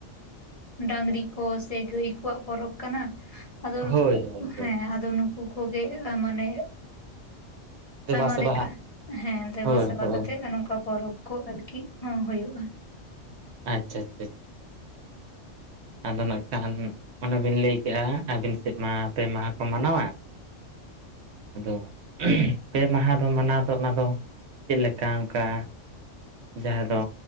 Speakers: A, on the left (about 35°); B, on the right (about 65°).
A: ᱰᱟᱹᱝᱨᱤ ᱠᱚ ᱥᱮ ᱜᱟᱹᱭ ᱠᱚᱣᱟᱜ ᱯᱚᱨᱚᱵᱽ ᱠᱟᱱᱟ᱾ ᱟᱫᱚ
B: ᱦᱳᱭ ᱦᱳᱭ ᱦᱳᱭ
A: ᱦᱮᱸ ᱟᱫᱚ ᱱᱩᱠᱩ ᱠᱚᱜᱮ ᱢᱟᱱᱮ
B: ᱫᱮᱵᱟ
A: ᱟᱭᱢᱟ
B: ᱥᱮᱵᱟ
A: ᱞᱮᱠᱟ
B: ᱦᱟᱸᱜ
A: ᱦᱮᱸ ᱫᱮᱵᱟ
B: ᱦᱳᱭ
A: ᱥᱮᱵᱟ
B: ᱦᱳᱭ
A: ᱠᱟᱛᱮ ᱱᱚᱝᱠᱟ ᱯᱚᱨᱚᱵᱽ ᱠᱚ <unintelligible> ᱦᱩᱭᱩᱜᱼᱟ
B: ᱟᱪᱪᱷᱟ ᱟᱪᱪᱷᱟ ᱟᱪᱪᱷᱟ ᱟᱫᱚ ᱱᱟᱜ ᱠᱷᱟᱱ ᱚᱱᱮ ᱵᱤᱱ ᱞᱟᱹᱭ ᱠᱮᱜᱼᱟ ᱟᱹᱵᱤᱱ ᱥᱮᱫ ᱢᱟ ᱯᱮ ᱢᱟᱦᱟ ᱠᱚ ᱢᱟᱱᱟᱣᱟ᱾ ᱟᱫᱚ ᱯᱮ ᱢᱟᱦᱟᱸ ᱫᱚ ᱢᱟᱱᱟᱣ ᱫᱚ ᱚᱱᱟ ᱫᱚ ᱪᱮᱫ ᱞᱮᱠᱟ ᱚᱱᱠᱟ ᱡᱟᱦᱟᱸ ᱫᱚ